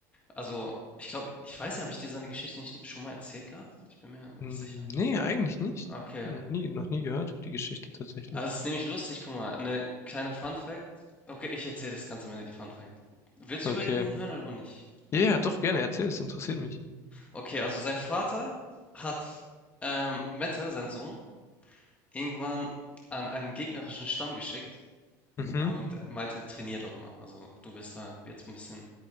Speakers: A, on the left (about 15°); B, on the left (about 35°).
A: Also, ich glaube, ich weiß nicht, habe ich dir seine Geschichte nicht schon mal erzählt gehabt? Ich bin mir
B: Hm,
A: nicht sicher.
B: Nee, eigentlich nicht.
A: Okay.
B: Noch nie, noch nie gehört, die Geschichte tatsächlich.
A: Also, es ist nämlich lustig, guck mal, eine kleine Fun Fact. Okay, ich erzähle das ganz am Ende, die Fun Fact. Willst du
B: Okay.
A: über ihn hören oder nicht?
B: Ja, ja, doch gerne, erzähl, es interessiert mich.
A: Okay, also sein Vater hat ähm, Mette, sein Sohn, irgendwann an einen gegnerischen Stamm geschickt
B: Mhm.
A: Und er meinte, trainier dort mal. Also du wirst da jetzt ein bisschen.